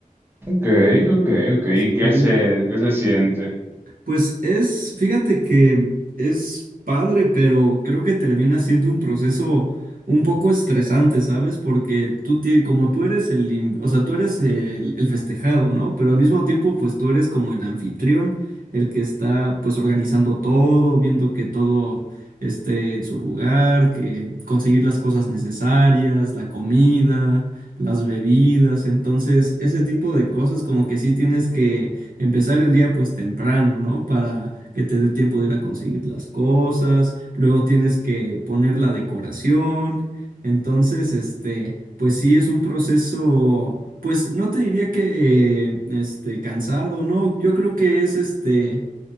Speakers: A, on the right; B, on the right.
A: Ok, ok, ok. ¿Y
B: Sí,
A: qué se, qué se siente?
B: Pues es, fíjate que es padre, pero creo que termina siendo un proceso un poco estresante, ¿sabes? Porque tú, tie- como tú eres el, in- o sea, tú eres el, el festejado, ¿no? Pero al mismo tiempo, pues tú eres como el anfitrión, el que está, pues, organizando todo, viendo que todo esté en su lugar, que conseguir las cosas necesarias, la comida, las bebidas, entonces, ese tipo de cosas como que sí tienes que empezar el día pues temprano, ¿no? Para que te dé tiempo de ir a conseguir las cosas, luego tienes que poner la decoración, entonces, este, pues sí es un proceso, pues no te diría que, este, cansado, ¿no? Yo creo que es, este